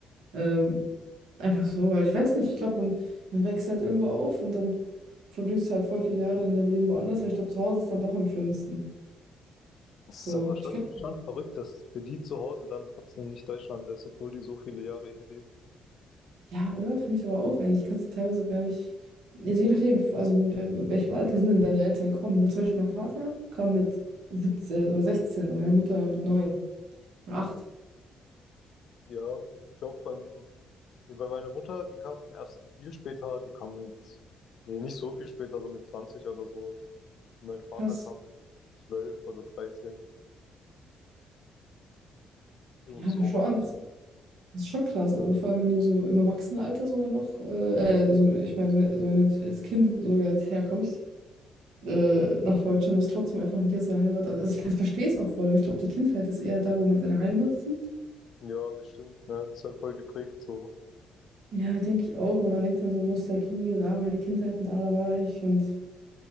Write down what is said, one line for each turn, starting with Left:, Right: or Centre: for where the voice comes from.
Right: Ähm, einfach so, weil ich weiß nicht, ich glaube, man, man wächst halt irgendwo auf und dann verbringst du halt voll viele Jahre in deinem Leben woanders, aber ich glaube, zu Hause ist dann doch am schönsten.
Left: das
Right: So,
Left: ist aber schon,
Right: ich könnte,
Left: schon verrückt, dass für die zu Hause dann trotzdem nicht Deutschland ist, obwohl die so viele Jahre hier leben.
Right: ja, oder? Finde ich aber auch eigentlich. Kannst du teilweise gar nicht, also je nachdem, also mit wel- welchem Alter sind denn deine Eltern gekommen? Weil zum Beispiel mein Vater kam mit 17 oder 16 und meine Mutter mit neun oder acht
Left: Ja, ich glaube, beim, nee, bei meiner Mutter, die kam erst viel später, die kam mit, nee, nicht so viel später, so mit 20 oder so. Und mein Vater
Right: Krass.
Left: kam mit 12 oder 13. Irgendwie
Right: Ja,
Left: so
Right: schon.
Left: war das.
Right: Das ist schon krass. Also vor allem, wenn du so im Erwachsenenalter sogar noch, äh, äh, also ich meine, wenn- also wenn du jetzt als Kind sogar jetzt herkommst, äh, nach Deutschland, ist trotzdem einfach nicht aus deiner Heimat an. Also ich kann, verstehe es auch voll, weil ich glaube, die Kindheit ist eher da, wo man seine Heimat sieht.
Left: Ja, bestimmt, ne? Das ist halt voll geprägt so.
Right: Ja, denke ich auch, weil man denkt dann so Nostalgie und ah, meine Kindheit und ah, da war ich. Und